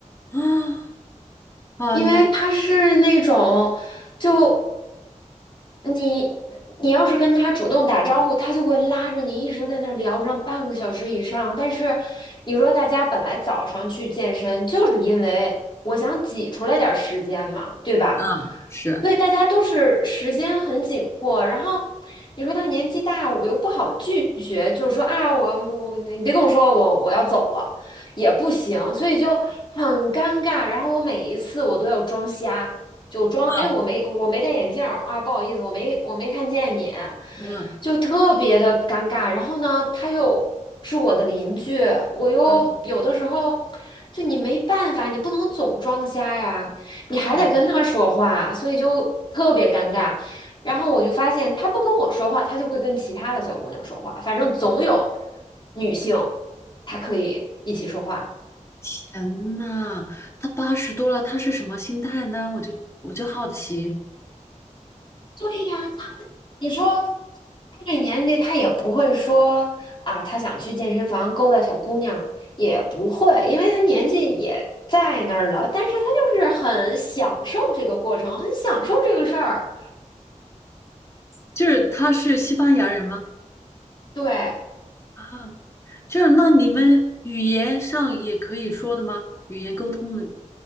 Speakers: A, on the left; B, on the left.
A: 啊！哎呀，
B: 因为他是那种就。你你要是跟他主动打招呼，他就会拉着你一直在那儿聊上半个小时以上。但是你说大家本来早上去健身，就是因为我想挤出来点儿时间嘛，对吧？
A: 啊是，
B: 所以大家都是时间很紧迫。然后你说他年纪大，我又不好拒绝，就是说啊，我我你别跟我说我我要走了，也不行，所以就很尴尬。然后我每一次我都要装瞎。就装，
A: 啊
B: 哎，我没我没戴眼镜儿啊，不好意思，我没我没看见你，
A: 嗯
B: 就特别的尴尬。然后呢，他又是我的邻居，我又有的时候
A: 啊，
B: 就你没办法，你不能总装瞎呀，你还得跟他说话，
A: 对，
B: 所以就特别尴尬。然后我就发现他不跟我说话，他就会跟其他的小姑娘说话，反正总有女性，她可以一起说话。
A: 天呐，他八十多了，他是什么心态呢？我就我就好奇，
B: 对呀，他，你说他这年纪，他也不会说啊，他想去健身房勾搭小姑娘，也不会，因为他年纪也在那儿了。但是他就是很享受这个过程，很享受这个事儿。
A: 就是他是西班牙人吗？
B: 对，呃
A: 啊，就是那你们语言上也可以说的吗？语言沟通的